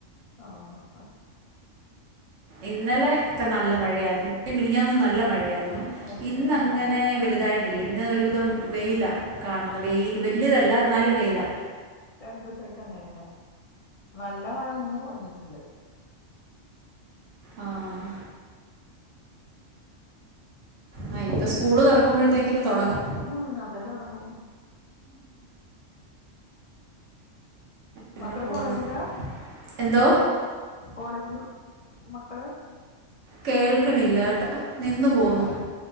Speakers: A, on the left; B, on the right.
A: ആഹ്
B: ഇന്നലെ ഒക്കെ നല്ല മഴയായിരുന്നു മിനിഞ്ഞാന്നും നല്ല മഴയായിരുന്നു
A: അത് ശരി
B: ഇന്നങ്ങനെ
A: ആഹ്
B: വലുതായിട്ടില്ല ഇന്ന് ഒരുവിധം വെയിലാ കാണുന്ന വെയിൽ വല്യതല്ല എന്നാലും വെയിലാ
A: രണ്ടൂസായിട്ട് അങ്ങനെ തന്നെ നല്ല മഴ ഒന്ന് കുറഞ്ഞിട്ടുണ്ട്
B: ആഹ് ആഹ് ഇനിയിപ്പോ
A: പിന്നെ
B: സ്കൂള് തുറക്കുമ്പോഴത്തേക്കിന് തൊടങ്ങും
A: ഉം അപ്പഴേ തുടങ്ങും
B: അങ്ങനെ
A: മക്കള്
B: പോന്നു
A: കോളേജിലാ
B: എന്തോ
A: കോളേജിലും മക്കള്
B: കേൾക്കിണില്ല കെട്ടോ നിന്ന് പോകുന്നു.
A: ഹലോ